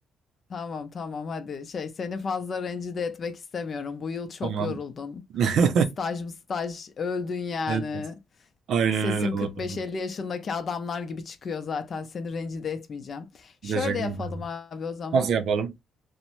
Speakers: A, on the left; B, on the right.
A: Tamam tamam hadi şey seni fazla rencide etmek istemiyorum. Bu yıl çok
B: tamam.
A: yoruldun.
B: <laughs>
A: Staj mı staj öldün yani.
B: Evet. Aynen
A: Sesin
B: öyle vallahi.
A: 45-50 yaşındaki adamlar gibi çıkıyor zaten. Seni rencide etmeyeceğim. Şöyle
B: Teşekkür
A: yapalım
B: ederim.
A: abi o zaman.
B: Nasıl yapalım?